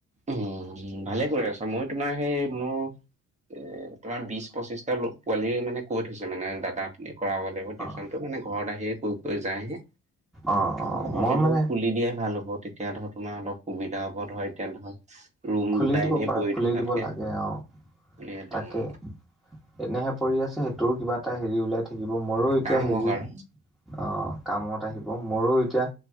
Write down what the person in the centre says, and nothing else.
অ', অ',
অ',
মানে
খুলি
দিব
পাৰা
খুলি
দিব লাগে অ'।
তাকে এনেহে পৰি আছে সেইটোৰ কিবা এটা হেৰি ওলাই থাকিব মোৰো এতিয়া
হেৰি
অ', কামত আহিব, মোৰো এতিয়া